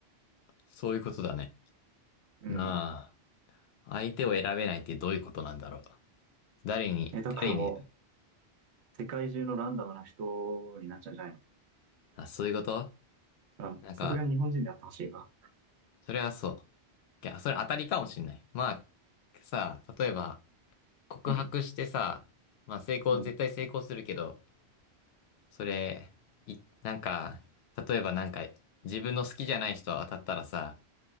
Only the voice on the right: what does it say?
うん。
え、だからもう、
世界中のランダムな人になっちゃうんじゃないの
うん。
さすがに日本人でやってほしいか。
うん、
うん、